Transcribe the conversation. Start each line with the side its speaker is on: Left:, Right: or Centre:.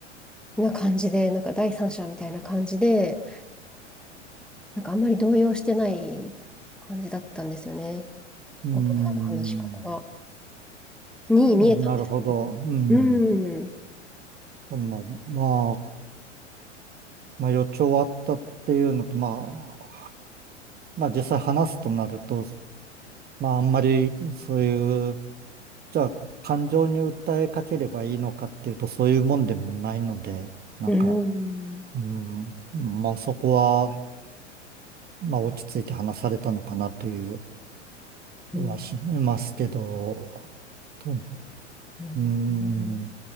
Centre: な感じで、なんか第三者みたいな感じで、なんかあんまり動揺してない感じだったんですよね。
Right: うん。
Centre: お父さんの話し方が。に見えたんですけど。
Right: あなるほど。うん。
Centre: うん。
Right: でも、まあ、まあ、予兆はあったっていうのと、まあ、まあ実際話すとなると、まあ、あんまり、そういう、じゃあ、感情に訴えかければいいのかっていうと、そういうもんでもないので、なんか、
Centre: うん、
Right: うん、まあ、そこは、まあ、落ち着いて話されたのかなという
Centre: うん、
Right: はしますけど、と
Centre: うん。
Right: うん、